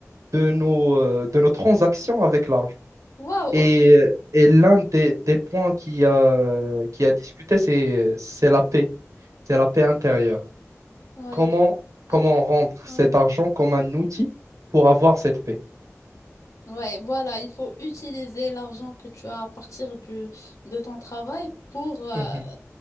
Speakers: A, on the right; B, on the left.
A: de nos, euh, de nos transactions avec l'argent.
B: Wow,
A: Et,
B: ok.
A: et l'un des, des points qui a, qui a discuté, c'est, c'est la paix, c'est la paix intérieure
B: Ouais.
A: comment, comment
B: En fait,
A: rendre
B: ouais.
A: cet argent comme un outil pour avoir cette paix.
B: Ouais, voilà, il faut utiliser l'argent que tu as à partir du, de ton travail pour euh,
A: Mhm,